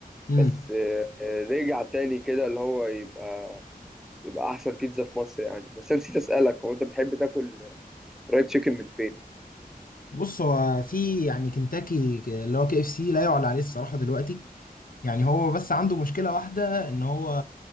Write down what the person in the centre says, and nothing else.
بس آه، آه، رجع تاني كده اللي هو يبقى يبقى احسن بيتزا في مصر يعني بس انا نسيت اسالك هو انت بتحب تاكل فرايد تشيكن من فين